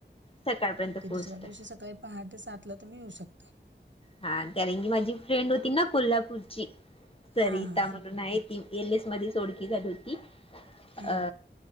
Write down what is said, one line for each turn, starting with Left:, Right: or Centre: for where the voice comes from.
Left: सकाळपर्यंत
Right: कि
Left: पोहोचतोय
Right: दुसऱ्या दिवशी सकाळी पहाटे सातला तुम्ही येऊ शकता.
Left: हा कारण की माझी फ्रेंड होती ना कोल्हापूरची सरिता
Right: हा हा
Left: म्हणून
Right: हा
Left: आहेत. ती एल एस मध्ये झाली होती
Right: हा
Left: अ